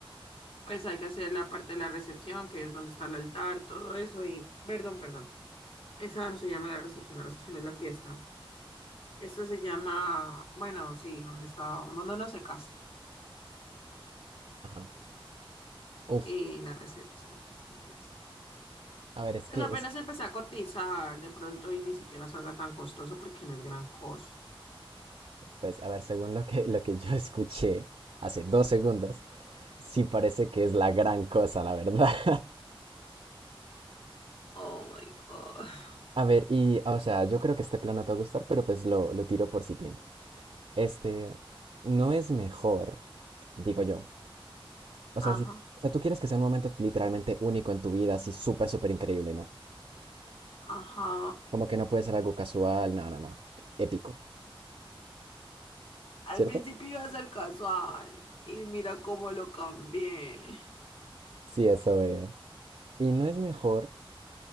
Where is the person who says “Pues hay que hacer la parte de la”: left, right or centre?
Left